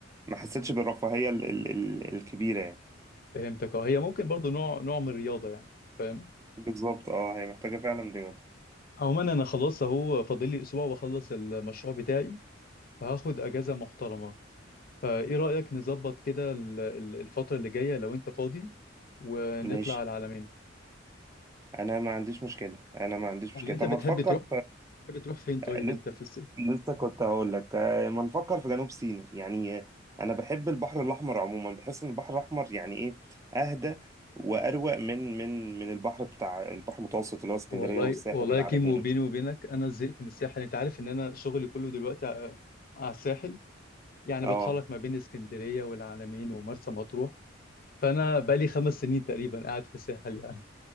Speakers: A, on the right; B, on the left.
A: حسيتش بالرفاهية ال- ال- ال- الكبيرة يعني
B: فهمتك اه هي ممكن برضه نوع نوع من الرياضه يعني فاهم
A: بالظبط اه هي محتاجة فعلا رياضة
B: عموما انا خلاص اهو فاضل لي اسبوع واخلص المشروع بتاعي فهاخد اجازه محترمه فايه رايك نظبط كده ال- ال- الفتره اللي جايه لو انت فاضي ونطلع
A: ماشي
B: على العلمين
A: انا ما عنديش مشكلة انا ما عنديش مشكلة
B: ولا انت
A: طب
B: بتحب
A: ما تفكر
B: تروح بتحب تروح فين طيب
A: لسه
B: انت في الصيف
A: لسه كنت هقول لك آه، ما نفكر في جنوب سيناء يعني آه، انا بحب البحر الاحمر عموما بحس ان البحر الاحمر يعني ايه اهدى واروق من من من البحر بتاع البحر المتوسط اللي هو اسكندريه
B: والله
A: والساحل
B: والله
A: والعلمين
B: يا كيمو بيني
A: وكده.
B: وبينك انا زهقت من الساحل انت عارف ان انا شغلي كله دلوقتي ع- على الساحل يعني
A: اه
B: بتحرك ما بين اسكندريه والعلمين ومرسى مطروح فانا بقالي خمس سنين تقريبا قاعد في الساحل يعني